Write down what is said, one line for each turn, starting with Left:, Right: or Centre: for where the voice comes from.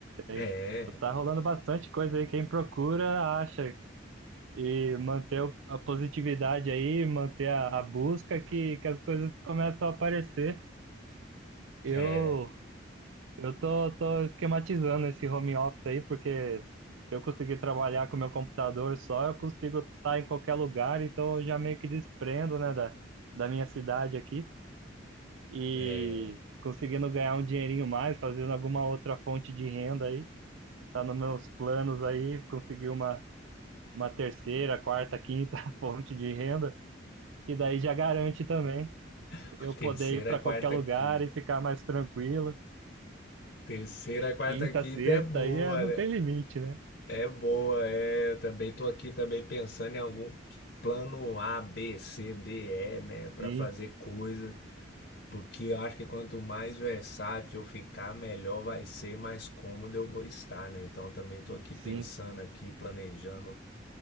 Right: Tem,
Left: é,
Right: tá rolando bastante coisa aí. Quem procura acha. e manter o- a positividade aí, manter a, a busca que, que as coisas começam a aparecer. Eu
Left: é,
Right: eu tô, tô esquematizando esse home office aí, porque se eu conseguir trabalhar com meu computador só, eu consigo estar em qualquer lugar, então eu já meio que desprendo, né, da, da minha cidade aqui e
Left: é
Right: conseguindo ganhar um dinheirinho mais, fazendo alguma outra fonte de renda aí. Tá nos meus planos aí, conseguir uma, uma terceira, quarta, quinta <laughs> fonte de renda que daí já garante também
Left: <laughs>
Right: eu poder
Left: terceira,
Right: ir para
Left: quarta,
Right: qualquer lugar
Left: quinta.
Right: e ficar mais tranquilo.
Left: Terceira, quarta,
Right: Quinta,
Left: quinta
Right: sexta,
Left: é boa,
Right: aí é- não
Left: né?
Right: tem limite, né?
Left: É boa, é. Eu também tô aqui também pensando em algum plano A, B, C, D, E, né, para
Right: Sim,
Left: fazer coisa, porque eu acho que quanto mais versátil eu ficar, melhor vai ser, mais cômodo eu vou estar, né? Então eu também tô aqui
Right: sim,
Left: pensando aqui, planejando